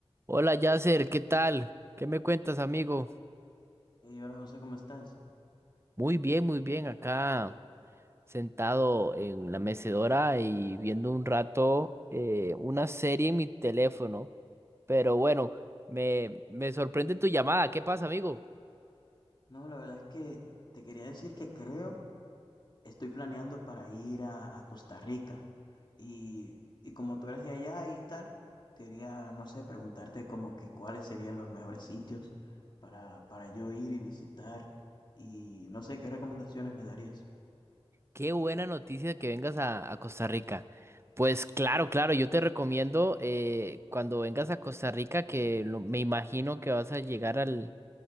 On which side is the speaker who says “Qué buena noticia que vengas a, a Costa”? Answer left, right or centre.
Right